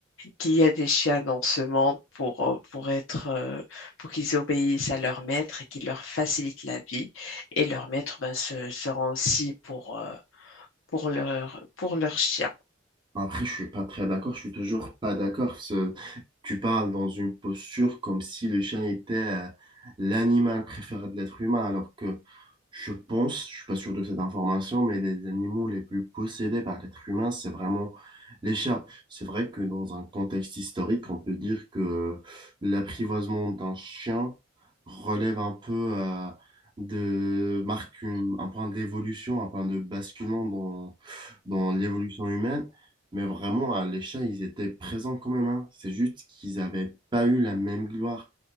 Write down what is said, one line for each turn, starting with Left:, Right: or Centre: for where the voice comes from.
Left: qu'il y a des chiens dans ce monde pour, euh, pour être, euh, pour qu'ils obéissent à leur maître et qu'ils leur facilitent la vie. Et leur maître ben, se, se rend aussi pour, euh, pour leur, pour leur chien.
Right: Après, je suis pas très d'accord, je suis toujours pas d'accord. parce que Tu parles dans une posture comme si le chien était euh, l'animal préféré de l'être humain, alors que je pense, je suis pas sûr de cette information, mais les animaux les plus possédés par l'être humain, c'est vraiment les chats. C'est vrai que dans un contexte historique, on peut dire que l'apprivoisement d'un chien relève un peu euh, de, marque une- un point d'évolution, un point de basculement dans dans l'évolution humaine. Mais vraiment, à l'Échat, ils étaient présents quand même, hein. C'est juste qu'ils n'avaient pas eu la même gloire.